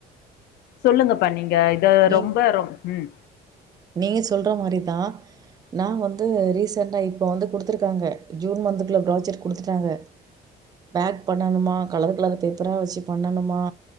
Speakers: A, on the left; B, on the right.
A: சொல்லுங்கப்பா நீங்க இத
B: நீங்
A: ரொம்ப ரொம் ம்
B: நீங்க சொல்ற மாரிதா நா வந்து ரீசெண்டா இப்போ வந்து குடுத்துருக்காங்க ஜூன் மந்த்துக்குள்ள ப்ராஜெக்ட் குடுத்துட்டாங்க பேக் பண்ணணுமா கலர் கலர் பேப்பரா வச்சு பண்ணணுமா